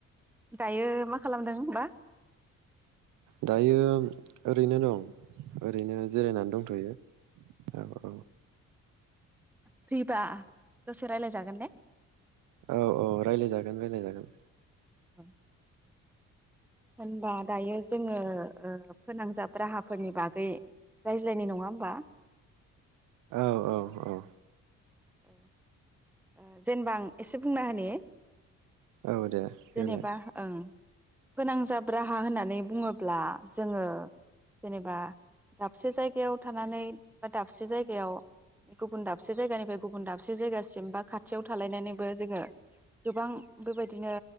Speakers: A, in the centre; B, on the right.
A: दायो मा खालामदों होनबा
B: दायो ओरैनो दं ओरैनो जिरायनानै दंथ'यो औ औ
A: फ्रिबा दसे रायलायजागोन ने
B: औ औ रायज्लायजागोन रायज्लायजागोन
A: औ होनबा दायो जोङो ओ फोनांजाब राहाफोरनि बागै रायज्लायनो नङा होमबा
B: औ औ औ
A: औ ओ जेनेबा आं एसे बुंना होनि
B: औ दे
A: जेनेबा
B: देलाय
A: ओं फोनांजाब राहा होननानै बुङोब्ला जोङो जेनेबा दाबसे जायगायाव थानानै बा दाबसे जायगायाव गुबुन दाबसे जायगानिफ्राय गुबुन दाबसे जायगासिम बा खाथियाव थालायनानैबो जोङो गोबां बेबायदिनो